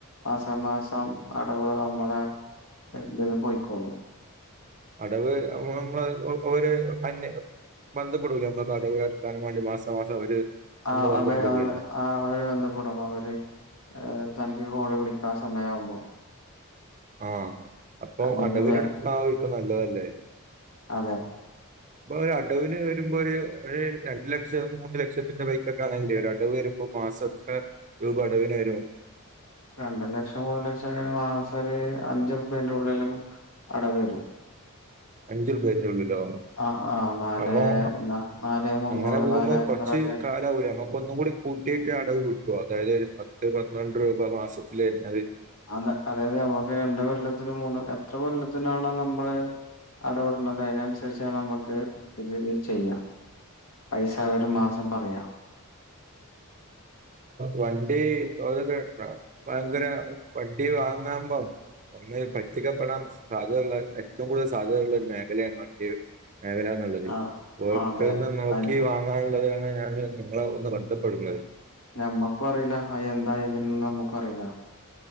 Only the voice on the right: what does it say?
അടവ് നമ്മള് ഒര് അന്യ ബന്ധപ്പെടൂലെ <unintelligible> വേണ്ടി മാസം മാസം അവര്
വന്ന് ബന്ധപ്പെടുകയല്ലേ
ആഹ്, അപ്പൊ
അടവിനെടുക്കാവിക്കും
നല്ലതല്ലേ
അപ്പൊ ഒരുഅടവിന് വരുമ്പോലൊരുരണ്ടു ലക്ഷം മൂന്നുലക്ഷത്തിന്റെ ബൈക്കൊക്കെയാണെങ്കിലേയൊരടവു വരുമ്പം മാസമെത്ര രൂപ അടവിനു വരും.
അഞ്ചുർപ്പിന്റെയുള്ളിലോ
അപ്പോൾ
അങ്ങനെ പോകുമ്പോൾ
കുറച്ച്..
കാലാവധിയാകും ഒന്നും കൂടി കൂട്ടിയിട്ട് അടവു കിട്ടുവോ അതായതൊരു പത്ത് പന്ത്രണ്ടു രൂപാമാസത്തില്‌ അത്
വണ്ടി, അതൊക്കെ ഭയങ്കര വണ്ടി വാങ്ങുമ്പം ഒന്ന് പറ്റിക്കപ്പെടാൻ സാധ്യതയുള്ള ഏറ്റവും കൂടുതൽ സാധ്യതയുള്ളൊരു മേഖലയാണുവണ്ടിയെ മേഖലാ നല്ലതേ
പോയിട്ടൊന്ന്
നോക്കി
വാങ്ങാനുള്ളതാണ് ഞാ ന് നിങ്ങളെയൊന്ന് ബന്ധപ്പെടുന്നത്